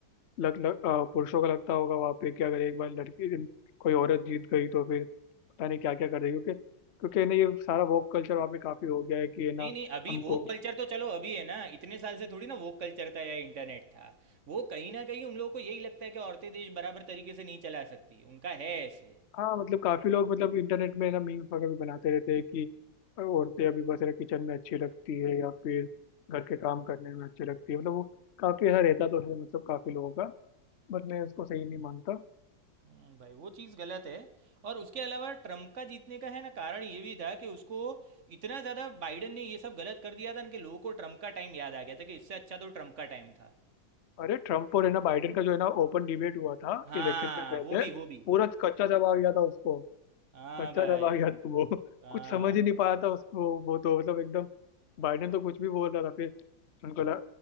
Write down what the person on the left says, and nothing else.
लग, लग अ, पुरुषों का लगता होगा वहाँ पे कि अगर एक बार लड़की कोई औरत जीत गई तो फिर पता नहीं क्या क्या कर देगी क्योंकि क्योंकि ना ये सारा वोक कल्चर वहाँ पे काफी हो गया है कि है ना
हमको
हाँ मतलब काफी लोग मतलब इंटरनेट में ना मीम्स वगैरह भी बनाते रहते हैं कि औरतें अभी बस ना किचन में अच्छी लगती है या फिर घर के काम करने में अच्छी लगती है मतलब वो काफी ऐसा रहता तो है मतलब काफी लोगों का बट मैं उसको सही नहीं मानता
अरे ट्रम्प और है ना बाइडेन का जो है ना ओपन डिबेट हुआ था
इलेक्शन से पहले
पूरा कच्चा जवाब दिया था उसको
कच्चा
चला गया था वो
कुछ समझ ही नहीं पाया था उसको वो तो मतलब एकदम बाइडेन तो कुछ भी बोल रहा था फिर उनको लगा